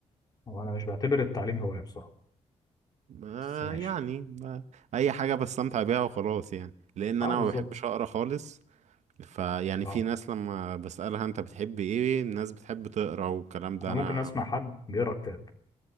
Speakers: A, on the left; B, on the right.
A: هو أنا مش بعتبر التعليم هواية بصراحة
B: ما
A: بس ماشي
B: يعني ما اي حاجة بستمتع بيها وخلاص يعني لان انا
A: أه بالظبط
B: ما بحبش اقرا خالص فيعني
A: أه
B: في ناس لما بسألها انت بتحب ايه الناس بتحب تقرا والكلام ده
A: أنا
B: انا
A: ممكن أسمع حد بيقرا كتاب